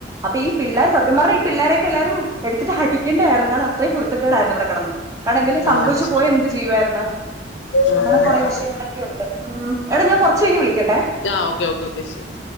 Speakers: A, on the right (about 20°); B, on the left (about 90°).
A: അപ്പൊ ഈ പിള്ളേർ സത്യം പർഞാ ഈ പിള്ളാരൊക്കെ എല്ലാരും എടുത്ത്ട്ട് അടിക്കണ്ടായിരുന്നു കാര്ണം അത്രയും കുര്ത്തക്കേടായിരുന്നു ഇവടേ കേടന്ന്. കാര്ണം എന്തേലും സംഭവിച്ചു
B: ആഹ് അത് ശരി
A: പോയ എന്ത് ചെയ്യുായിര്ന്ന്
B: ആഹ്
A: അങ്ങനെ കൊറെ
B: ആഹ്
A: വിഷയങ്ങളൊക്കെ ഉണ്ട്. ഉം എട ഞാൻ കൊർച്ചയ്ഞ് വിളിക്കട്ടെ.
B: ആഹ് ഓക്കെ ഓക്കെ ഓക്കെ ശരി.